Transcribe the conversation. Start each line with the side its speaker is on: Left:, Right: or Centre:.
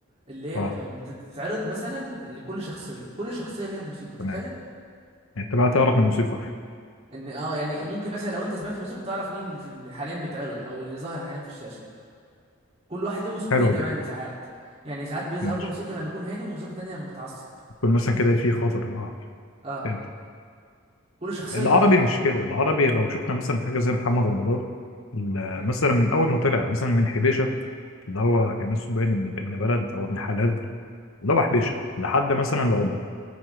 Right: اللي هي
Left: اه
Right: بتبقى بتتعرض مثلا لكل شخصيه كل شخصيه ليها موسيقى تخيل
Left: تمام يعني انت بقى تعرف الموسيقى
Right: ان اه يعني ممكن مثلا لو انت سمعت موسيقى تعرف مين اللي في ال- حاليا بيتعرض او اللي ظاهر حاليا في الشاشه كل واحد له موسيقتين
Left: حلوه
Right: كمان
Left: دي
Right: ساعات يعني ساعات بيظهر
Left: ماشي
Right: له موسيقى لما يكون هادي وموسيقى تانية لما بيتعصب
Left: يكون مثلا كده في خطر اه
Right: اه
Left: فهمت
Right: كل شخصيه
Left: العربي مش كده العربي لو شفنا مثلا حاجة زي محمد رمضان ال-
Right: مم.
Left: مثلا من أول ما طلع مثلا من حبيشة اللي هو كان اسمه باين ابن ابن بلد أو ابن حلال اللي هو حبيشة
Right: مم.
Left: لحد مثلا العبدة